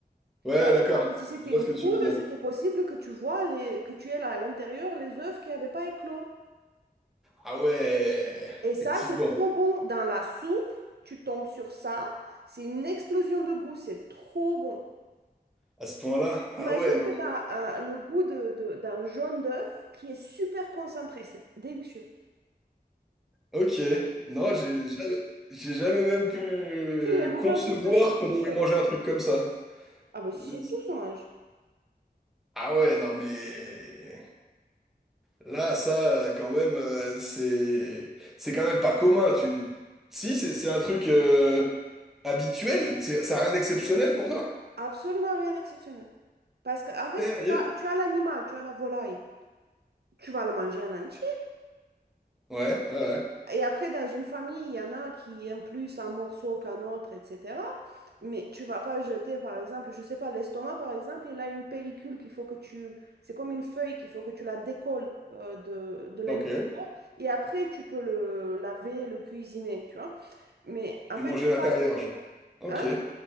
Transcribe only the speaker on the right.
Par
exemple, si c'était
une
poule,
c'était possible que tu vois les, que tu aies là à l'intérieur les œufs qui n'avaient pas éclos.
Et
ça, c'est trop bon. Dans la soupe, tu tombes sur ça. C'est une explosion de goût. C'est trop bon.
Imagine
que tu as le goût de, de- d'un jaune d'œuf qui est super concentré. C'est délicieux.
Tu sais, les Romains
peuvent te choquer.
euh.
Ah ben si,
tout se mange.
Absolument rien d'exceptionnel. Parce qu'en fait,
tu as, tu as l'animal, tu as la volaille. Tu vas le manger en entier.
Et après, dans une famille, il y en a qui aiment plus un morceau qu'un autre, etc. Mais tu vas pas jeter, par exemple, je sais pas, l'estomac, par exemple, il a une pellicule qu'il faut que tu... C'est comme une feuille qu'il faut que tu la décolles euh, de, de l'intérieur.
Et après, tu peux le laver, le cuisiner, tu vois. Mais en
fait,
ça,
c'est...
hein?